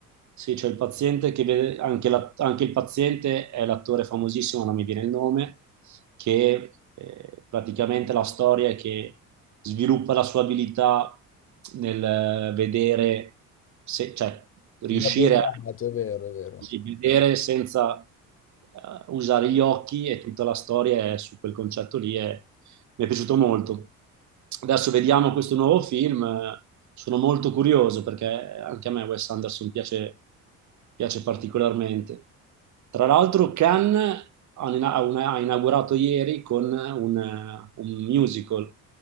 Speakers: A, on the right (about 45°); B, on the left (about 30°).
A: Sì, c'è il paziente che vede, anche, la- anche il paziente è l'attore famosissimo, non mi viene il nome, che eh, praticamente la storia è che sviluppa la sua abilità nel eh, vedere, se- cioè riuscire
B: Da ben
A: a
B: dato, è vero, è vero.
A: sì, vedere senza eh, usare gli occhi e tutta la storia è su quel concetto lì e mi è piaciuto molto. Adesso vediamo questo nuovo film, sono molto curioso perché anche a me Wes Anderson piace, piace particolarmente. Tra l'altro Cannes ha inaugurato ieri con un, un musical